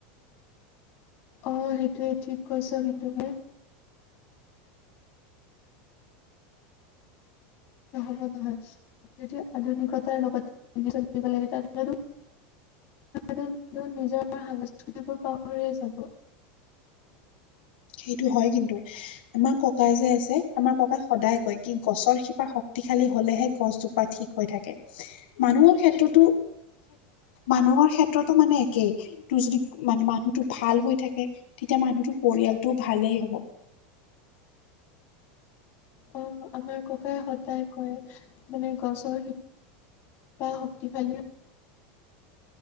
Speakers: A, on the left; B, on the left.
A: অ, সেইটোৱে ঠিক কৈছ। কিন্তু মই হব নহয় যদি আধুনিকতাৰ লগত চলিব লাগে তা'ত হেনো। নিজৰ সংস্কৃতিবোৰ পাহৰিয়ে যাব।
B: সেইটো হয় কিন্তু। আমাৰ ককাই যে আছে আমাৰ ককাই সদায় কয় কি গছৰ শিপা শক্তিশালী হ'লেহে গছ জোপ- পা ঠিক হৈ থাকে। মানুহৰ ক্ষেত্ৰতো মানুহৰ ক্ষেত্ৰতো মানে একেই। তোৰ যদি মানে মানুহটো ভাল হৈ থাকে তেতিয়া মানুহটোৰ পৰিয়ালটোও ভালেই হ'ব।
A: অঁ, আমাৰ ককাই সদায় কয় মানে গছৰ শিপা- শক্তিশালী